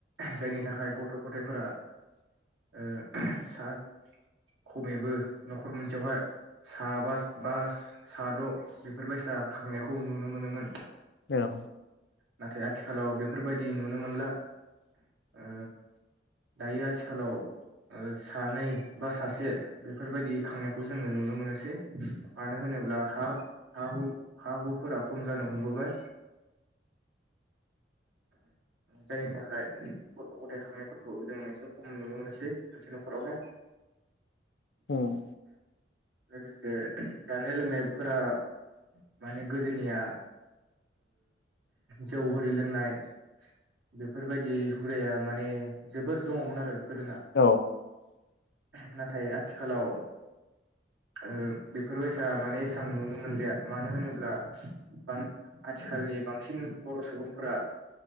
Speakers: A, on the right (about 85°); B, on the left (about 65°).
A: जायनि थाखाय गथ' गथायाइफोरा ओ सा खमैबो न'खर मोनसेयावहाय साबा बा साद' बेफोरबायसा खांनायखौ नुनो मोनोमोन।
B: औ
A: नाथाय आथिखालाव बेफोर बायदि नुनो मोनला ओ दायो आथिखालाव ओ सानै बा सासे बेफोर बायदि खांनायखौ जोङो नुनो मोनोसै। मानो होनोब्ला हा हा-हु हा-हुफोरा खम जानो हमबोबाय जायनि थाखाय गथ' गथाय खांनायफोरखौ जों एसे खम नुनो मोनसै मोनसे न'खरावहाय।
B: उम
A: लोगोसे जानाय लोंनायफोरा माने गोदोनिया जौ हिरि लोंनाय बेफोर बायदि हुदाया माने जोबोर दङमोन आरो गोदोना
B: औ
A: नाथाय आथि आथिखालाव ओ बेफोरबायसा माने एसेबां नुनो मोनलिया मानो होनोब्ला बां आथिखालनि बांसिन बर' सुबुंफोरा